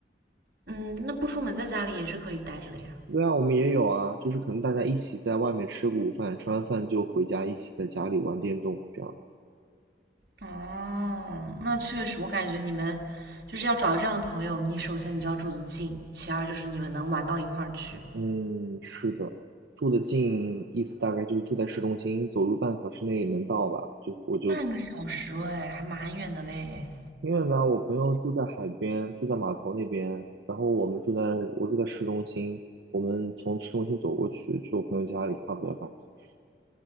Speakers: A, on the right; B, on the right.
A: 嗯，那不出门在家里也是可以待着的呀。
B: 对啊，我们也有啊，就是可能大家一起在外面吃个午饭，吃完饭就回家，一起在家里玩电动这样子。
A: 哦，那确实，我感觉你们就是要找到这样的朋友，你首先你就要住得近，其二就是你们能玩到一块儿去。
B: 嗯，是的，住得近，意思大概就是住在市中心，走路半个小时内能到吧？就我就
A: 半个小时哎，还蛮远的嘞，
B: 挺远的，我朋友住在海边，住在码头那边，然后我们住在我住在市中心，我们从市中心走过去，去我朋友家里差不多吧。个小时